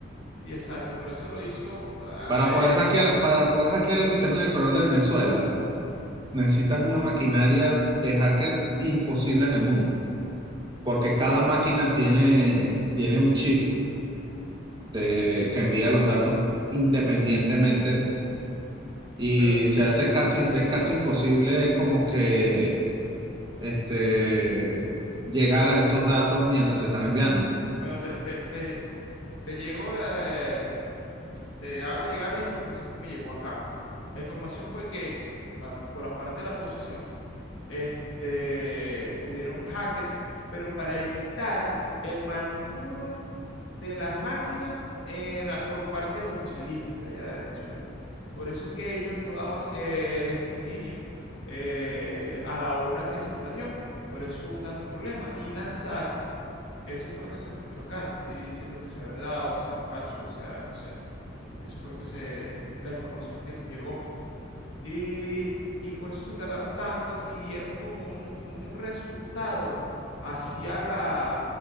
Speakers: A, on the left; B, on the right.
A: sí, exacto, pero eso lo hizo. ah,
B: Para
A: eh,
B: poder hackear, para poder hackear el sistema electoral de Venezuela, necesitas una maquinaria de hacker imposible en el mundo, porque cada máquina tiene, tiene un chip de, que envía los datos independientemente y
A: bueno,
B: se hace casi, es casi imposible como que este, llegar a esos datos mientras se están enviando.
A: bueno, te, te, te- te llegó la. Te hago llegar la información que me llegó acá. La información fue que, la- por la parte de la oposición, este, hubieron hackers, pero para evitar el manipulo de las máquinas en la- por parte del oficialismo de allá de Venezuela. Por eso es que ellos no daban eh, el escrutinio eh, a la hora que se planeó. Por eso hubo tanto problema. Y lanzaron, eso fue lo que se escuchó acá, no estoy diciendo que sea verdad o sea falso, o sea, no sé. Eso fue lo que se, la información que nos llegó. Y, y por eso se tardaron tanto y dieron como un, un resultado hacia la,